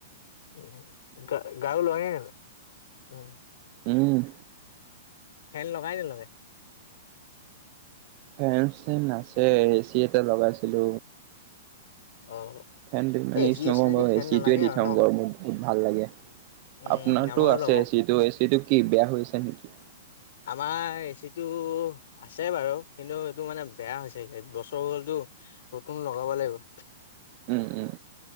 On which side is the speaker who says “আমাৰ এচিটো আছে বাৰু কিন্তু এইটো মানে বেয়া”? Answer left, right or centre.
Left